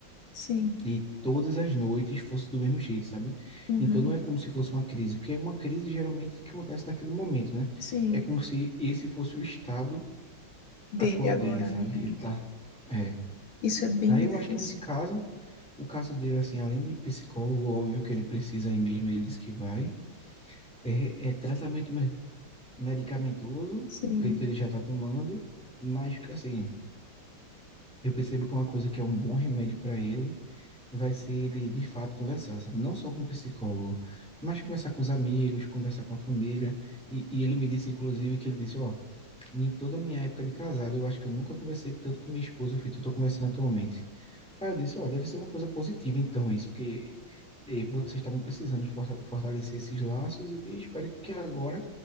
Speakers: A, on the left (about 80°); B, in the centre.
A: sim,
B: e todas as noites fosse do mesmo jeito, sabe?
A: uhum,
B: Então não é como se fosse uma crise, porque uma crise geralmente é que acontece naquele momento, né?
A: sim,
B: É como se esse fosse o estado
A: dele
B: atual
A: agora,
B: dele, sabe?
A: né? É,
B: Ele tá, é.
A: isso é bem
B: Aí
A: difícil.
B: eu acho que nesse caso O caso dele, assim, além de psicólogo, óbvio que ele precisa aí mesmo, ele diz que vai. É, é tratamento me- medicamentoso,
A: Sim.
B: feito ele já está tomando, mas, assim, eu percebo que uma coisa que é um bom remédio para ele vai ser ele, de fato, conversar, sabe? Não só com o psicólogo, mas conversar com os amigos, conversar com a família. E, e ele me disse, inclusive, que ele disse, ó, em toda a minha época de casado, eu acho que eu nunca conversei tanto com minha esposa feito que eu tô conversando atualmente. Aí eu disse, ó, deve ser uma coisa positiva então isso, porque eh, vocês estavam precisando forta- fortalecer esses laços e espero que agora